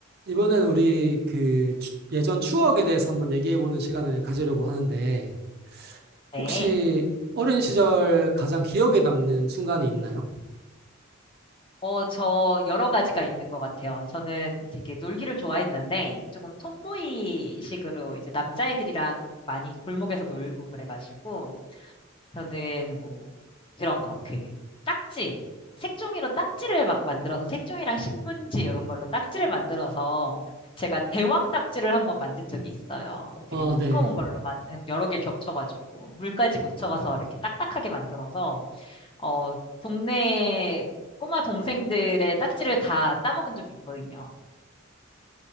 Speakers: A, on the right; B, on the left.
A: 이번엔 우리 그 추- 예전 추억에 대해서 한번 얘기해보는 시간을 가지려고 하는데,
B: 네.
A: 혹시 어린 시절 가장 기억에 남는 순간이 있나요?
B: 어, 저 여러 가지가 있는 것 같아요. 저는 되게 놀기를 좋아했는데 조금 톰보이식으로 이제 남자애들이랑 많이 골목에서 놀고 그래가지고 저는 뭐 그런 거, 그 딱지. 색종이로 딱지를 막 만들어서 색종이랑 신문지 이런 걸로 딱지를 만들어서 제가 대왕 딱지를 한번 만든 적이 있어요. 되게
A: 어,
B: 두꺼운
A: 네.
B: 걸로 만 여러 개 겹쳐가지고 물까지 묻혀가서 이렇게 딱딱하게 만들어서 어, 동네 꼬마 동생들의 딱지를 다 따먹은 적이 있거든요.